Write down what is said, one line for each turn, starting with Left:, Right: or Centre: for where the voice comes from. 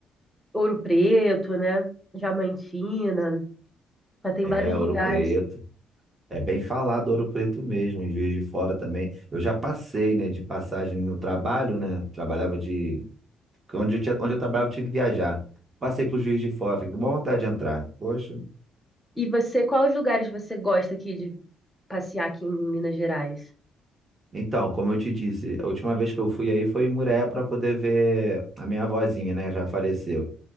Centre: Ouro Preto, né? Diamantina, mas tem
Right: É,
Centre: vários
Right: Ouro
Centre: lugares.
Right: Preto. É bem falado Ouro Preto mesmo, em Juiz de Fora também. Eu já passei, né, de passagem no trabalho, né? Trabalhava de que Onde eu tinha, onde eu trabalhava, eu tinha que viajar. Passei pro Juiz de Fora, fiquei com boa vontade de entrar. Poxa.
Centre: E você, quais lugares você gosta aqui de passear aqui em Minas Gerais?
Right: Então, como eu te disse, a última vez que eu fui aí foi em Muré para poder ver a minha avózinha, né? Já faleceu.